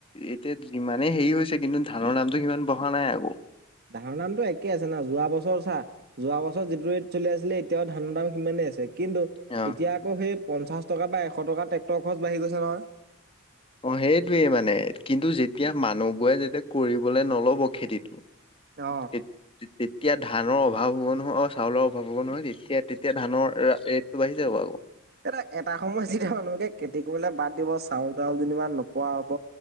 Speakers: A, on the left; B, on the right.
A: এতিয়া যিমানে হেৰি হৈছে কিন্তু ধানৰ দা দামটো সিমান বঢ়া নাই আক
B: ধানৰ দামটো একে আছে না যোৱা বছৰ চা যোৱা বছৰ যিটো ৰেট চলি আছিলে এতিয়াও ধানৰ দাম সিমানেই আছে কিন্তু
A: অ
B: এতিয়া আকৌ সেই পঞ্চাশ টকা বা এশ টকা ট্ৰেক্টৰ খৰচ বাঢ়ি গৈছে নহয়
A: অ সেইটোৱেই মানে কিন্তু যেতিয়া মানুহবোৰে যেতিয়া কৰিবলে নলব খেতিটো
B: অ'।
A: তেতিয়া ধানৰ অভাৱ হ'ব নহয় অ চাউলৰ অভাৱ হ'ব নহয় তেতিয়া তেতিয়া ধানৰ ৰেটটো বাঢ়ি যাব আও
B: এ এটা সময়ত যেতিয়া মানুহকে খেতি কৰিলে বাদ দিব চাউল তাউল যেনিবা নোপোৱা হব